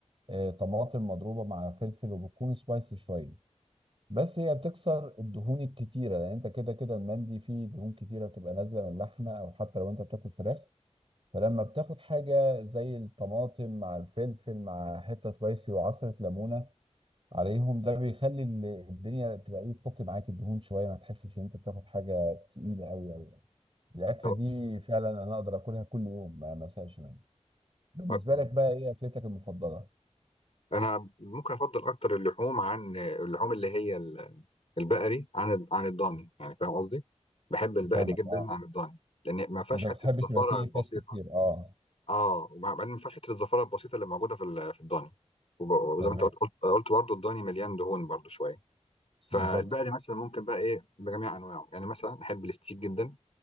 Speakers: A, on the right; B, on the left.
A: آه، طماطم مضروبة مع فلفل وبتكون سبايسي شوية بس هي بتكسر الدهون الكتيره لان انت كده كده المندي فيه دهون كتيره بتبقى نازله من اللحمه او حتى لو انت بتاكل فراخ فلما بتاخد حاجه زي الطماطم مع الفلفل مع حته سبايسي وعصره ليمونه عليهم ده بيخلي ال- الدنيا تبقى ايه تفك معاك الدهون شويه ما تحسش ان انت بتاخد حاجه تقيله قوي قوي يعني. الاكله
B: خلاص،
A: دي فعلا انا اقدر اكلها كل يوم ما ما ازهقش منها بالنسبه
B: اكتر
A: لك بقى ايه اكلتك المفضله
B: انا ممكن افضل اكتر اللحوم عن اللحوم اللي هي ال- البقري عن عن الضاني يعني فاهم قصدي بحب البقري
A: فاهمك
B: جدا
A: اه
B: عن الضاني لان ما فيهاش
A: انت ما
B: حته
A: بتحبش
B: الزفاره
A: يبقى فيه
B: البسيطه
A: فاتس كتير اه
B: اه وبعدين ما فيهاش حته الزفاره البسيطه اللي موجوده في ال- في الضاني وب- وزي
A: تمام
B: ما انت قلت قلت قلت برضه الضاني مليان دهون برضه شويه فالبقري
A: بالظبط
B: مثلا ممكن بقى ايه بجميع انواعه يعني مثلا احب الستيك جدا